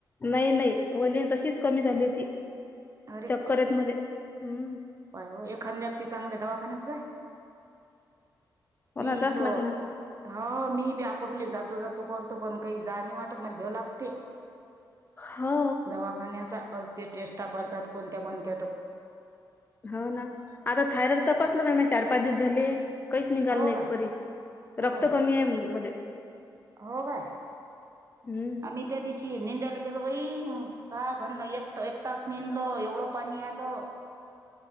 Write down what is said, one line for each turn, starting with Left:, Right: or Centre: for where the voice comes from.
Left: नाही नाही वली तशीच कमी झाली होती
Right: अरे
Left: चक्कर येत मले हम्म
Right: पाय हो एखाद्या ती चांगल्या दवाखान्यात जाय
Left: हो
Right: मी
Left: ना जाच
Right: इथ
Left: लागेन आता.
Right: ह मी ब्याकोठले जातो जातो करतो तो पण काही जाणी वाटत मला भ्याव लई वाटतय
Left: हो.
Right: दवाखान्याचा अल्ती टेष्टा करतात कोणत्या कोणत्यात
Left: हो ना आता थायरड तपासलंहि मा चार पाच दिवस झाले काहीच निघाल
Right: हो
Left: ना
Right: काय
Left: एक परी
Right: हो
Left: रक्त कमी आहे मध्ये
Right: हो काय
Left: हं.
Right: आम्ही त्या दिशीे निंद्याला गेलं बाई काय घडण एक त एक तास नेदल एवढं पाणी आलं